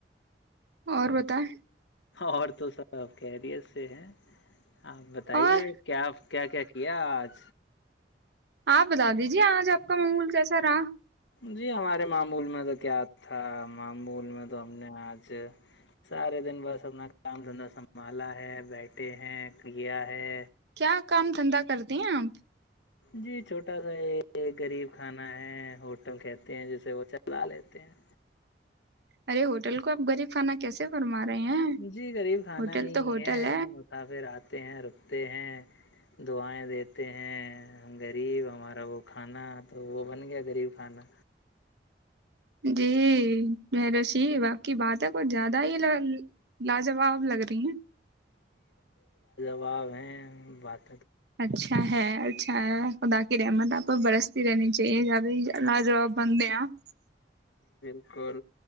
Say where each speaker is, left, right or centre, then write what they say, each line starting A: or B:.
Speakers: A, on the right; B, on the left.
A: اور بتایئے
B: اور تو سب خریت سے ہیں آپ بتائیے
A: اور
B: کیا کیا کیا کیہ آج
A: آپ بتا دیجیے آج آپکا موڈ کیسا رہا
B: جی ہمارے معمول میںدد کیا تھا معمول د تو ہم نے آج سارے دن بس اپنا <unintelligible> دھندا سنبھالا ہے بیٹھ کتے ہیں کڑیا ہے
A: کیا کام دھندا کرتی ہیں آپ
B: جی چھوٹا سا یہ یہ غریب کھانا ہے ہوٹل کہتے تے ہیں جیسے وہ چلا لیتے ہیں
A: ارے ہوٹل کو آپ غریب کھانا کیسے فرما رہے ہیں
B: جی غریب کھانا
A: ہوٹل
B: ہی
A: تو ہوٹل
B: ہے مسافرات ے ہیں رکتے ہیں دعائیں دیتے ہیں ہم غریب ہمارا وہ کھانا تو وہ بن گیا غریب کھانا
A: جی م رشیید آپ کی باتیں کچھ زیادہ ہی لاجواب لگ رہی ہیں
B: اب ہیں بات
A: اچھا ہے خدا کی رحمت آپ پر برستی رہنی چاہیے زیادہ ہی لاجواب بندے ہیں آپ
B: بلکل